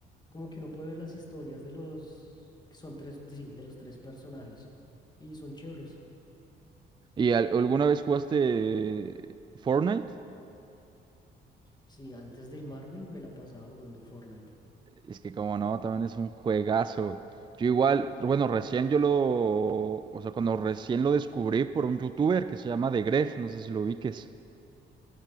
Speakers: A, on the left; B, on the right.
A: como que uno puede ver las historias de los, que son tres, sí, de los tres personajes y son chéveres.
B: ¿Y al- alguna vez jugaste Fortnite?
A: Sí, antes del Marvel me la pasaba jugando Fortnite.
B: Es que como no, también es un juegazo. Yo igual, bueno, recién yo lo, o sea, cuando recién lo descubrí por un youtuber que se llama Degref, no sé si lo ubiques.